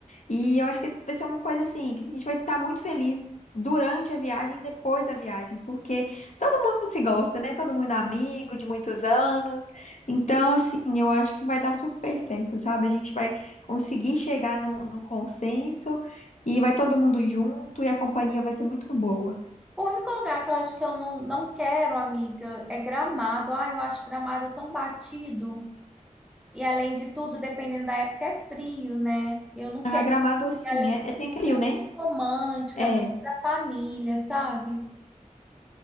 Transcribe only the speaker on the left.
E eu acho que vai ser uma coisa assim, que a gente vai estar muito feliz durante a viagem, e depois da viagem, porque todo mundo se gosta, né? Todo mundo é amigo de muitos anos. Então, assim, eu acho que vai dar super certo, sabe? A gente vai conseguir chegar no, no consenso e vai todo mundo junto e a companhia vai ser muito boa.
A
Gramado, assim,
é,
é- tem
aquele rio,
né?
É,